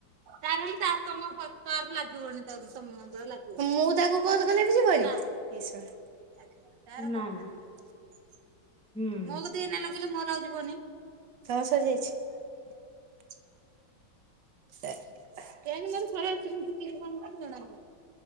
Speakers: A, on the right; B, in the centre.
A: ତାର ହେଲେ ତାର ତମ ତ ଲାଗିବନି ତ ଲାଗିବ ମୁଁ ତାକୁ କଲ କଲେ ବି ଯିବନି। ଏ! !!!!!!!!! ତାର
B: ନା
A: କମ୍ପିଲିଟ
B: ନା
A: ହେଇଯାଇଛି ଏଇନା
B: ହୁଁ
A: ମୋ ପାଖକୁ ଲଗେଇଲେ ପା ମୋର ଆଉ ଯିବନି ତୋର ସବୁ ସରି ଯାଇଛି? କାହିଁକି ମୋର ଶହେ ଅଶୀ ମିନିଟ୍ <unintelligible>